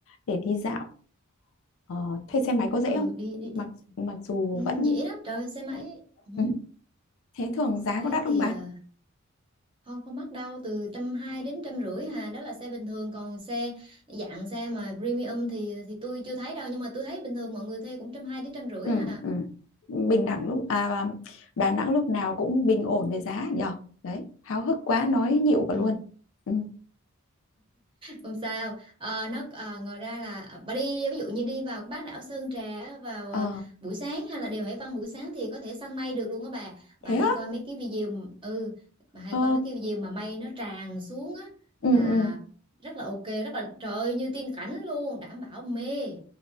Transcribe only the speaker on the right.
ừ
đi đi,
đi.
Ừ,
dễ lắm trời xe máy ừ.
xe
máy
thì
ờ, không không mắc đâu từ trăm hai đến trăm rưỡi hà đó là xe bình thường còn xe dạng xe mà premium thì thì tôi chưa thấy đâu nhưng mà tôi thấy bình thường mọi người thuê cũng trăm hai đến trăm rưỡi
hà
ừ
Không sao. Ờ, nó à, ngoài ra là à, bà đi ví dụ như đi vào bán đảo Sơn Trà á, vào
à, buổi sáng hay là đèo Hải Vân buổi sáng thì có thể săn mây được luôn á bà. Bà
hay
coi mấy cái video m- ừ bà hay
coi mấy cái video mà mây nó tràn xuống á
là
rất là ok, rất là trời ơi, như tiên cảnh luôn, đảm bảo mê.